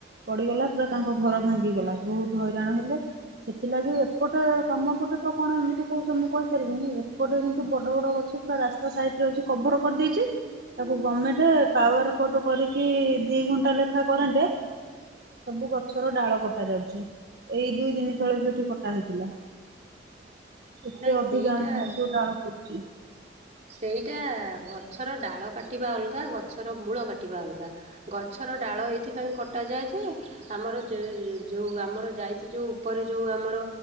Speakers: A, on the right (about 60°); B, on the right (about 40°).
A: ପଡିଗଲା ପୁରା ତାଙ୍କ ଘର ଭାଙ୍ଗିଗଲା ବହୁତ ହଇରାଣ ହେଲେ ସେଥିଲାଗି ଏପଟେ ତମ ପଟେ ତ କଣ ଏମିତି କହୁଛ ମୁଁ କହିପାରିବିନି ଏପଟେ କିନ୍ତୁ ବଡ ବଡ ଗଛ ପୁରା ରାସ୍ତା ସାଇଟରେ ଅଛି କଭର କରିଦେଇଛି ତାକୁ ଗମେଣ୍ଟ ପାୱାର କଟ କରିକି ଦି ଘଣ୍ଟା ଲେଖା କରେଣ୍ଟ, ସବୁ ଗଛର ଡାଳ କଟା ଯାଉଛି ଏଇ ଦୁଇ ଦିନି ତଳେ ବି ଏଠି କଟା ହେଇଥିଲା। ଏତେ
B: ନାଇଁ
A: ଅଧିକା
B: ସେଇଟା
A: ଆମ <inaudible> ଯୋଉ ଡାଳ ପୋଡି <inaudible>
B: ସେଇଟା ଗଛର ଡାଳ କାଟିବା ଅଲଗା ଗଛର ମୂଳ କାଟିବା ଅଲଗା ଗଛର ଡାଳ ଏଇଥିପାଇଁ କଟାଯାଏ ଯେ ଆମର ଯ ଯୋଉ ଆମର ଯାଇଛି ଯୋଉ ଉପରେ ଯୋଉ ଆମର